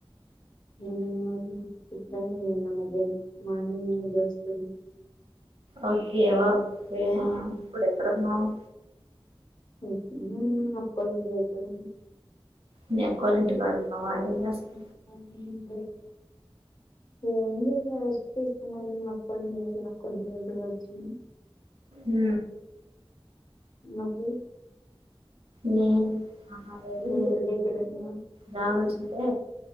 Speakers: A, on the left (about 45°); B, on the right (about 80°).
A: ఉ నేను చిత్రాన్నం తిన్న న మధ్యానం మార్నింగ్ దోశ తిన్న
B: ఓకే వా ఓకే ఇప్పుడెక్కడ ఉన్నావ్
A: ఉహు అక్కొల్ల ఇంటిదగ్గర ఉన్న
B: మీ
A: అ
B: అక్కోళ్ళ ఇంటికాడ ఉన్నావా ఏం చేస్తున్నావ్
A: <inaudible> ఎం చెయ్ల రెస్ట్ తీసుకుందాం అని మా అక్కొల్ల ఇంటి దగ్గర కొన్ని రోజులు వచ్చిన
B: ఊ
A: నువ్వు
B: నేను
A: ఉమ్,
B: ఆ రోజు
A: మీ ఊరి దగ్గర ఉన్నావా
B: రావచ్చంటే